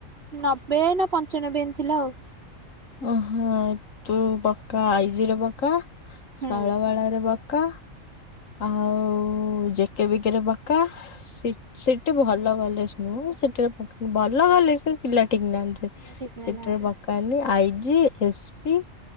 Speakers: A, on the right (about 50°); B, on the left (about 80°).
A: ନବେ ନା ପଞ୍ଚାନବେ ଥିଲା ଆଉ।
B: ଓହୋ ତୁ ପକା ଆଇଜିରେ ପକା,
A: ହୁଁ
B: ଶୈଳବାଳା ରେ ପକା ଆଉ ଜେକେ ବିକେ ରେ ପକା। ସେ ସେଠି ଭଲ କଲେଜ୍ ନୁହଁ, ସେଠି ଭ ଭଲ କଲେଜ୍ କିନ୍ତୁ ପିଲା ଠିକ୍ ନାହାନ୍ତି।
A: ଠିକ୍ ନା
B: ସେଠାରେ
A: ହଁ
B: ପକାନି I G S P,